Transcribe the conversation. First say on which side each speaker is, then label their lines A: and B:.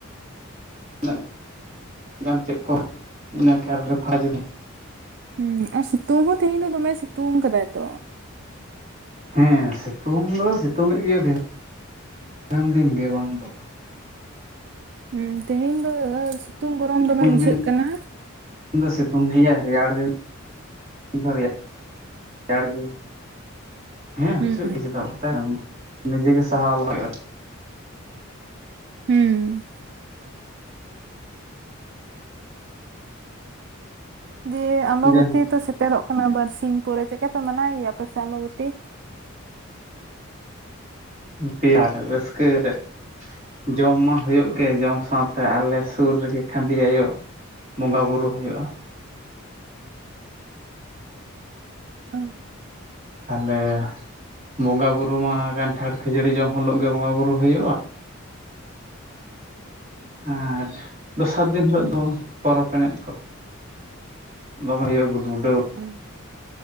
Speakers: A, on the right (about 35°); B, on the right (about 55°).
A: ᱛᱤᱱᱟᱹᱜ ᱜᱟᱱ ᱪᱮᱫ ᱠᱚ ᱤᱱᱟᱹ ᱠᱟᱨ ᱨᱮ ᱯᱷᱟ-
B: ᱦᱩᱸ ᱟᱨ ᱥᱤᱛᱩᱝ ᱦᱚᱸ ᱛᱮᱦᱮᱧ ᱫᱚ ᱫᱚᱢᱮ ᱥᱤᱛᱩᱝ ᱠᱟᱫᱟᱭ ᱛᱚ᱾
A: ᱦᱮᱸ ᱥᱤᱛᱩᱝ ᱫᱚ ᱥᱤᱛᱩᱝ ᱮᱫ ᱜᱮ ᱫᱤᱱ- ᱫᱤᱱᱟᱹᱢ ᱫᱤᱱ ᱜᱮ ᱵᱟᱝ ᱛᱚ
B: ᱦᱩᱸ ᱛᱮᱦᱮᱧ ᱫᱚ ᱥᱤᱛᱩᱝ ᱜᱚᱨᱚᱢ ᱫᱚᱢᱮ ᱵᱩᱡᱷᱟᱹᱜ
A: ᱫᱤᱱ
B: ᱠᱟᱱᱟ᱾
A: ᱥᱤᱛᱩᱝ ᱫᱚ ᱥᱤᱛᱩᱝ ᱜᱮᱭᱟ ᱨᱮᱭᱟᱲ ᱫᱤᱱ ᱫᱚᱨᱮᱜ ᱨᱮᱭᱟᱲ ᱜᱮ᱾ ᱦᱮᱸ
B: ᱦᱩᱸ
A: ᱵᱩᱡᱷᱟᱹᱜ ᱜᱮ ᱪᱮᱫᱟᱜ <inaudible> ᱱᱤᱡᱮ ᱜᱮ ᱥᱟᱦᱟᱣ ᱞᱟᱦᱟᱣ ᱦᱩᱭᱩᱜ-ᱟ᱾
B: ᱦᱩᱸ ᱫᱤᱭᱮ ᱟᱢᱵᱟᱵᱚᱛᱤ
A: ᱡᱮ
B: ᱛᱚ ᱥᱮᱴᱮᱨᱚᱜ- ᱠᱟᱱᱟ ᱵᱟᱨᱥᱤᱧ ᱯᱚᱨᱮ ᱪᱮᱫᱠᱟ ᱯᱮ ᱢᱟᱱᱟᱣᱮ ᱜᱮᱭᱟ ᱯᱮ ᱥᱮᱢᱟᱵᱚᱛᱤ᱾
A: <inaudible> ᱨᱟᱹᱥᱠᱟᱹ ᱨᱮ ᱡᱚᱢ ᱢᱟ ᱦᱩᱭᱩᱜ ᱜᱮ ᱡᱚᱢ ᱥᱟᱶᱛᱮ ᱟᱞᱮ ᱥᱩᱨ ᱨᱮᱜᱮ ᱠᱷᱟᱫᱮ ᱟᱭᱳ ᱵᱚᱸᱜᱟ ᱵᱳᱨᱳ ᱦᱩᱭᱩᱜ-ᱟ᱾
B: ᱦᱩᱸ
A: ᱛᱟᱦᱚᱞᱮ ᱵᱚᱸᱜᱟ ᱵᱩᱨᱩᱢᱟ ᱠᱟᱱᱴᱷᱟᱲ ᱠᱷᱟᱹᱡᱟᱹᱲᱤ ᱡᱚᱢ ᱦᱳᱞᱳᱜ ᱜᱮ ᱵᱚᱸᱜᱟ ᱵᱩᱨᱩ ᱦᱩᱭᱩᱜ-ᱟ᱾ ᱟᱨ ᱫᱚᱥᱟᱨ ᱫᱤᱱ ᱦᱤᱞᱳᱜ ᱫᱚ ᱯᱚᱨᱚᱵᱽ ᱮᱱᱮᱡ ᱠᱚ ᱫᱚᱢᱮ ᱦᱩᱭᱩᱜ-ᱟ ᱜᱩᱰ ᱰᱩᱰᱟᱹ
B: <unintelligible>